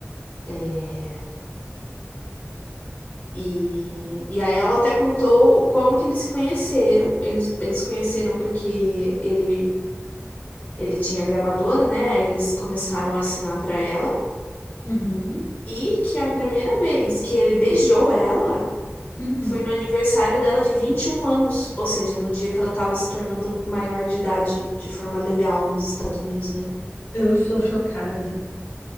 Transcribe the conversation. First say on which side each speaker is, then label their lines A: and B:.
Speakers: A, on the left; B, on the left.
A: é, e, e aí ela até contou como que eles se conheceram. Eles, eles se conheceram porque ele, ele tinha gravadora, né? Aí eles começaram a assinar para ela.
B: Uhum.
A: E que a primeira vez que ele beijou ela
B: Uhum.
A: foi no aniversário dela de 21 anos, ou seja, no dia que ela estava se tornando maior de idade de forma legal nos Estados Unidos, né?
B: Eu estou chocada.